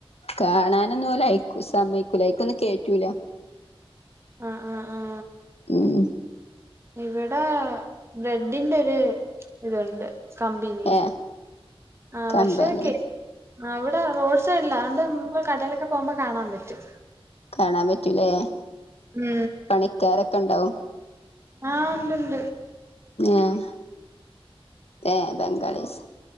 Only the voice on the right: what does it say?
ആഹ് ആഹ് ആഹ്.
ഇവിടെ ബ്രെഡിന്റെ ഒരു ഇതുണ്ട് കമ്പിനി
ആഹ്
വർഷോകെ ആഹ് ഇവിടെ റോഡ് സൈഡില അതോണ്ട് നമ്മ കടയിലൊക്കെ പോകുമ്പോ കാണാൻ പറ്റും.
ഉം
ആഹ് ഇണ്ട്ണ്ട്